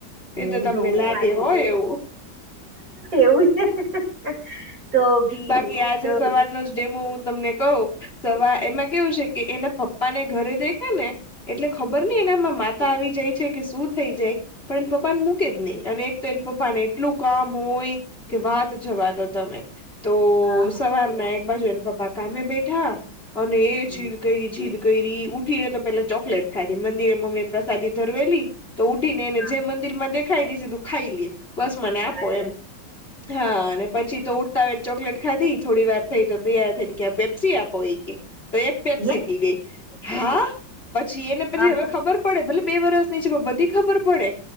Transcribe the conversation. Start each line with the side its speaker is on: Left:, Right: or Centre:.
Right: હ
Left: એ તો તમને
Right: જોવું
Left: લાગે
Right: ને મારે
Left: હોય એવું
Right: એવું. છે તો ભી
Left: બાકી આજે
Right: તો
Left: સવારનો
Right: ભી
Left: જ ડેમો હું તમને કઉ. સવા એમાં કેવું છે કે એના પપ્પા ને ઘરે દેખે ને એટલે ખબર નહ એનામાં માતા. પ આવી જાય છે કે શું થઈ જાય પણ પપ્પાને મૂકે જ નહી અને. બેન પપ્પા ને એટલું કામ હોય કે વાત જવા. તમે તો
Right: હા હા હા
Left: સવારના એક બાજુ એ પપ્પા કામે બેઠા. અને એ
Right: હમ.
Left: જ કઈ જી. કરી ઉઠી રે તો પેલા ચોકલેટ ખાધી મંદિરે મમ્મી એ પ્રસાદી ધરવેલી. તો ઉઠી ને એને
Right: હા
Left: જે મંદિરમાં દેખાય ને સીધું ખાઈ લે. બસ મને આપો
Right: અચ્છા
Left: એમ હા અને. પછી તો ઉડતા ચોકલેટ ખાધી થોડી વાર થઈ તો તૈયાર થઈને કે પેપ્સી આપો એ કે. તો એક પેપ્સી
Right: હે
Left: પી ગઈ હા પછી એને પછી
Right: હા
Left: હવે
Right: હા
Left: ખબર પડે ભલે. બે વરસ ની છે, બધી ખબર પડે